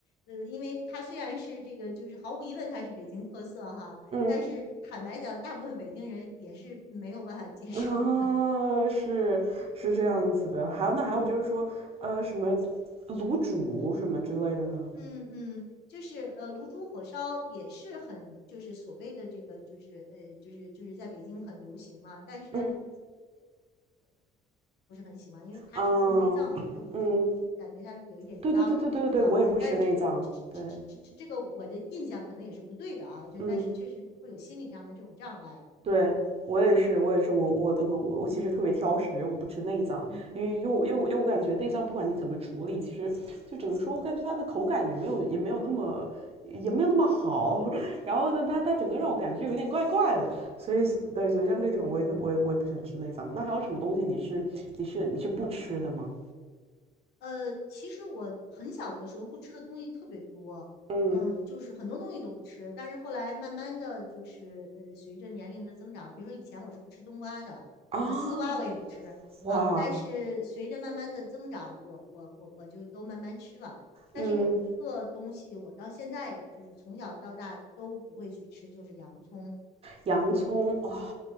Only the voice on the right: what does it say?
嗯
啊，
是是这样子的。还有那还有就是说，
呃，什么卤煮什么之类的呢？
嗯
嗯嗯。
对对对对对对对，我也不吃内脏。
对，
嗯，对我也是，我也是，我我我我其实特别挑食，
我不吃内脏，
因为因又因为我因为我感觉内脏不管你怎么处理，其实就怎么说，我感觉它的口感也没有也没有那么也没有那么好。<laughs> 然后呢，它它整个让我感觉就有点怪怪的，
所以对，所以像这个地方我也特我也我也不喜欢吃内脏。那还有什么东西你是你是你是不吃的吗？
嗯
啊
哇
嗯，
洋葱哦